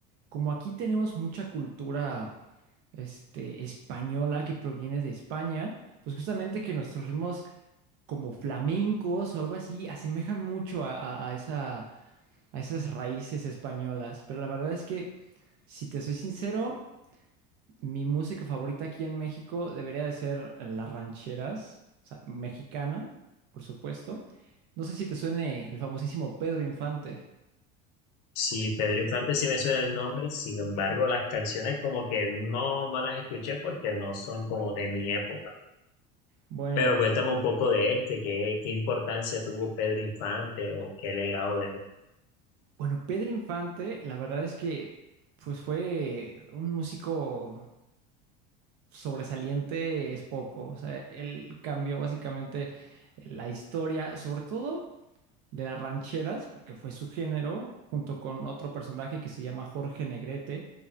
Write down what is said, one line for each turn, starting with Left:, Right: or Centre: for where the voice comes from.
Right: Como aquí tenemos mucha cultura este, española que proviene de España, pues justamente que nuestros ritmos como flamencos o algo así asemejan mucho a, a- a esa, a esas raíces españolas. Pero la verdad es que, si te soy sincero, mi música favorita aquí en México debería de ser eh, las rancheras, o sea, mexicana, por supuesto. No sé si te suene el famosísimo Pedro Infante.
Left: Sí, Pedro Infante sí me suena el nombre, sin embargo, las canciones como que no, no las escuché porque no son como de mi época.
Right: Bueno,
Left: Pero cuéntame un poco de este, qué, qué importancia tuvo Pedro Infante o qué legado de él.
Right: bueno, Pedro Infante, la verdad es que pues fue un músico sobresaliente es poco. O sea, él cambió básicamente la historia, sobre todo de las rancheras, porque fue su género, junto con otro personaje que se llama Jorge Negrete.